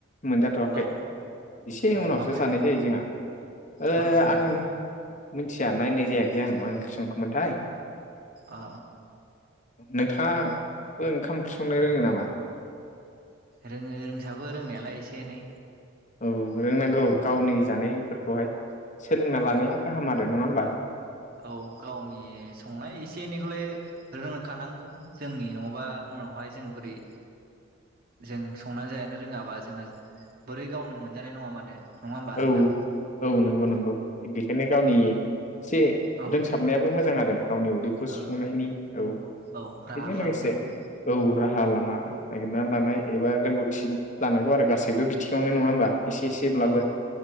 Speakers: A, on the left; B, on the right.
A: मोनजाथ'वाखै
B: औ
A: एसे
B: औ
A: उनावसो
B: मा ओंख्रि
A: जानाय
B: संखो
A: जायो जोंहा ओ
B: मा ओंख्रि संखो
A: आङो मिथिया नायनाय जायाखै आं मा ओंख्रि संखो मोनथाय
B: अ
A: नोंथाङाबो ओंखाम ओंख्रि संनो रोङो नामा?
B: रोङो रोंसाबो रोंनायालाय एसे एनै।
A: औ रोंनांगौ गावनि जानायफोरखौहाय सोलोंना
B: औ
A: लानाया गाहाम आरो नङा होमबा?
B: औ गावनि संनाय एसे एनैखौलाय रोंखानांगौ जोंनि नङाबा उनावहाय जों बोरै जों संनानै जानो रोङाबा जोङो बोरै गावनो मोनजानाय नङा माथो नङा होमबा
A: औ
B: नोंथां
A: औ नंगौ नंगौ बेखायनो गावनि एसे
B: औ
A: रोंसाबनायाबो मोजां आरो गावनि उदैखौ
B: ओ
A: सुफुंनायनि औ।
B: औ राहा
A: बेजों
B: खालामनांगौ
A: लोगोसे औ राहा लामा नागिरनानै लानाय एबा रोंगौथि लानांगौ आरो गासैबो बिथिङावनो नङा होमबा? एसे एसेब्लाबो
B: औ